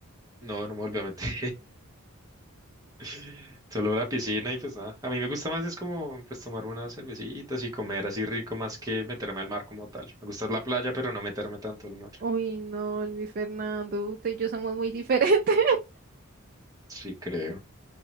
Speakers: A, on the right (about 15°); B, on the right (about 40°).
A: No, no me volví a meter. <laughs> Solo la piscina y pues nada. A mí me gusta más es como pues tomar unas cervecitas y comer así rico más que meterme al mar como tal. Me gusta la playa, pero no meterme tanto al mar.
B: Uy, no, Luis Fernando, usted y yo somos muy <laughs> diferentes.
A: Sí, creo.